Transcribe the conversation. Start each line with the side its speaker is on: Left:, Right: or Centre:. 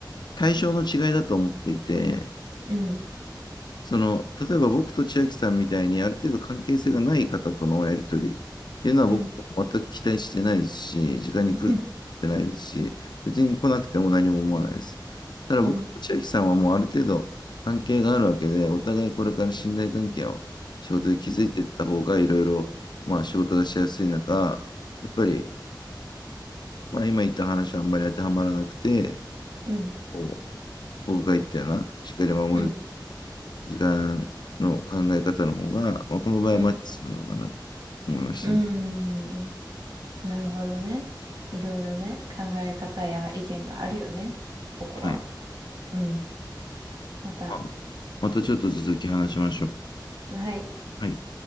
Left: 対象の違いだと思っていて、
Right: うん、
Left: その、例えば僕と千秋さんみたいにある程度関係性がない方とのやり取りっていうのは僕も全く期待してないですし、
Right: うん、
Left: 時間に来るってないですし、
Right: <laughs>
Left: 別に来なくても何も思わないです。ただ僕と千秋さんはもうある程度関係があるわけで、
Right: うん、
Left: お互いこれから信頼関係を仕事で築いていった方がいろいろ、
Right: <laughs>
Left: まあ仕事がしやすい中、やっぱり、まあ今言った話はあんまり当てはまらなくて、
Right: うん、うん、
Left: こう僕が言ったような、しっかり守る
Right: うん、
Left: 時間の考え方の方が、まあ、この場合はマッチするのかなって
Right: うん、
Left: 思いましたね。
Right: うん、うん。なるほどね。いろいろね、考え方や意見があるよね。ここは。
Left: はい。
Right: うん。また。
Left: まあまたちょっと続き話しましょう。
Right: はい。
Left: はい。